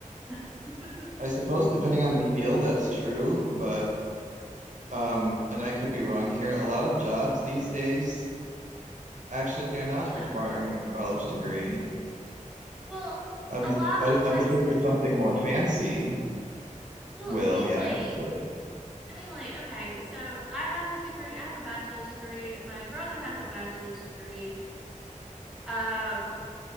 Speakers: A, in the centre; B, on the right.
A: <laughs>
B: I suppose depending on the field, that's true, but um, and I could be wrong here. A lot of jobs these days actually are not
A: yeah.
B: requiring a college degree.
A: Well,
B: Obviously,
A: a lot of places,
B: obviously for something more fancy,
A: well,
B: will,
A: I mean,
B: yes,
A: like
B: but
A: I mean, like, okay, so I have a degree. I have a bachelor's degree. My brother has a bachelor's degree. Uh,